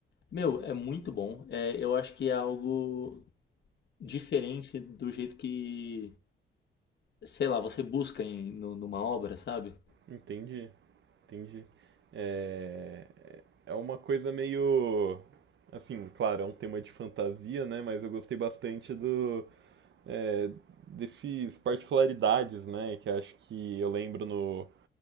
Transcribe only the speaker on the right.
Entendi, entendi. É, é uma coisa meio. Assim, claro, é um tema de fantasia, né, mas eu gostei bastante do é, desses particularidades, né? Que acho que eu lembro no,